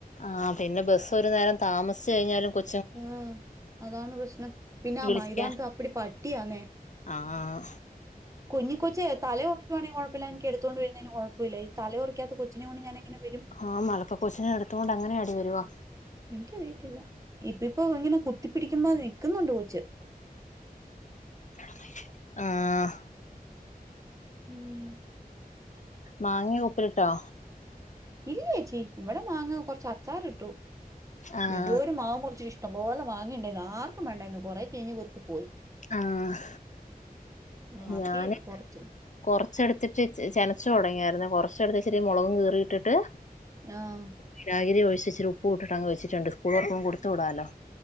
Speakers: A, on the left; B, on the right.
A: ആഹ് പിന്നെ ബസ് ഒരു നേരം താമസിച്ച് കഴിഞ്ഞാലും കൊ
B: ഉം അതാണ് പ്രശ്നം. പിന്നെ ആ
A: വിളിക്കാൻ
B: മൈതാനത്ത് അപ്പടി പട്ടിയാന്നേ
A: ആഹ്
B: കുഞ്ഞികൊച്ചേ തല ഒറയ്ക്കുവാണെങ്കിൽ കൊഴപ്പല്ല്യ. എനിക്ക് എടുത്തോണ്ട് വരുന്നതിന് കൊഴപ്പമില്ല ഈ തല ഒറക്കാത്ത കൊച്ചിനേം കൊണ്ട് ഞാനെങ്ങനെ വരും?
A: ആഹ് മലർക്കേ കൊച്ചിനെ എടുത്തോണ്ട് എങ്ങിനെയാടി വരുവാ?
B: എനിക്കറിയത്തില്ല. ഇപ്പപ്പ ഇങ്ങനെ കുത്തിപ്പിടിക്കുമ്പോ നിക്കുന്നുണ്ട് കൊച്ച്.
A: <unintelligible> അഹ്
B: ഉം
A: മാങ്ങീ ഉപ്പിലിട്ടോ?
B: ഇല്ല്യേച്ചി, ഇവിടെ മാങ്ങ കൊറച്ച് അച്ചാറിട്ടു.
A: ആഹ്
B: വല്യോരു മാവ് മുറിച്ചു. ഇഷ് ട്ടം പോലെ മാങ്ങേണ്ടെയ്ന്നു. ആർക്കും വേണ്ടായിന്നു. കൊറേ ചീഞ്ഞു വീർത്ത് പോയി.
A: ആഹ്
B: ബാക്കി
A: ഞാന്
B: കൊർച്ച്
A: കൊറച്ചെടുത്തിട്ട് ച് ചെനച്ചു തൊടങ്ങിയാരുന്നേ. കൊറച്ചടുത്ത് വച്ചിട്ട് മൊളകും കീറിയിട്ടിട്ട്
B: ആഹ്
A: വിനാഗിരി ഒഴിച്ച് ഇച്ചിരി ഉപ്പും ഇട്ടിട്ടങ്ങ് വെച്ചിട്ടുണ്ട്. സ്കൂളൊറക്കുമ്പോ കൊടുത്ത് വിടാലോ.